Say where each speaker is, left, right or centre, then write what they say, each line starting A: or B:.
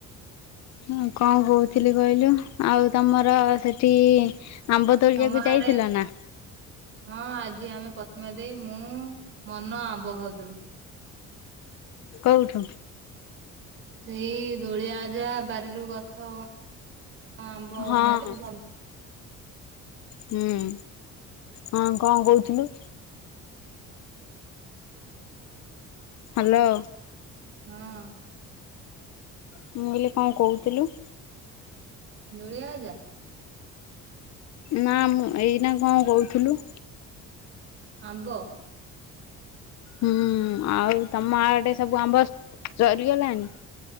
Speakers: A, on the left; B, on the right.
A: ହଁ କଣ କହୁଥିଲି କହିଲୁ ଆଉ ତମର ସେଠି ଆମ୍ବ ତୋଳିବାକୁ
B: ତମ
A: ଯାଇଥିଲ
B: ଆଡ଼େ
A: ନା
B: ହଁ ଆଜି ଆମେ ପ୍ରତ୍ମା ଦେଇ ମୁଁ ମନ ଆମ୍ବ ଖାଉଥିଲୁ।
A: କୋଉଠୁ
B: ସେଇ ଦୋଳିଆ ଆଜା ବାରିରୁ ଗଛ ଆମ୍ବ
A: ହଁ
B: ପାରି
A: ହଁ ହୁଁ, ହଁ କଣ କହୁଥିଲୁ। ହେଲୋ
B: ହଁ
A: ମୁଁ କହିଲି କଣ କହୁଥିଲୁ।
B: ନୂଳିଆଜା
A: ନା ମୁଁ ଏଇଟା କଣ କହୁଥିଲୁ।
B: ଆମ୍ବ
A: ହୁଁ ଆଉ ତମ ଆଟେ ସବୁ ଆମ୍ବ ସରିଗଲାଣି।